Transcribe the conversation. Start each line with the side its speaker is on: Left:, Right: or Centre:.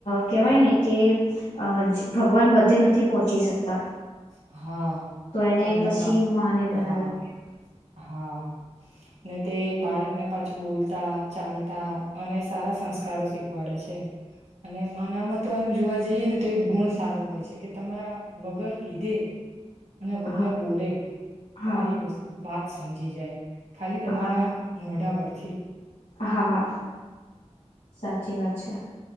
Left: કેહેવાય ને કે. અ ભગવાન બધે નથી પહોંચી શકતા.
Right: હા.
Left: તો એને
Right: તેમને
Left: પછી
Right: મા
Left: માને બનાવી.
Right: હા હા ને તે બાળકને પાછું બોલતા ચાલતા અને સારા સંસ્કારો શીખવાડે છે અને માનામાં તો એમ જોવા જઈએ ને તો એ ગુણ સારું હોય છે કે તમારા વગર કીધે. અને વગર
Left: હા
Right: બોલે
Left: હા
Right: તમારી વસ્ુ વાત સમજી જાય ખાલી તમારા
Left: હા
Right: મોઢા પડતા પક્ષી
Left: હા સાચી વાત અચ્છા